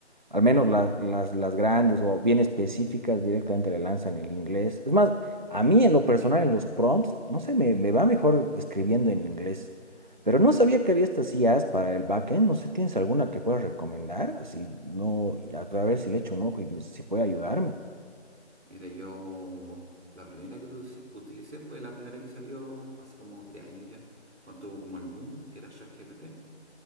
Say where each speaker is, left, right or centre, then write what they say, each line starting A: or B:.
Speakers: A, on the right; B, on the right.
A: al menos las, las, las grandes o bien específicas, directamente le lanzan el inglés. Es más, a mí en lo personal, en los prompts, no sé, me, me va mejor escribiendo en inglés. Pero no sabía que había estas IAs para el backend, no sé, ¿tienes alguna que puedas recomendar? Así, no, a a ver si le echo un ojo y me- si puede ayudarme.
B: Mira, yo la primera que tu- utilicé fue la primera que salió hace como tres años ya, cuando tuvo como el boom, que era ChatGPT.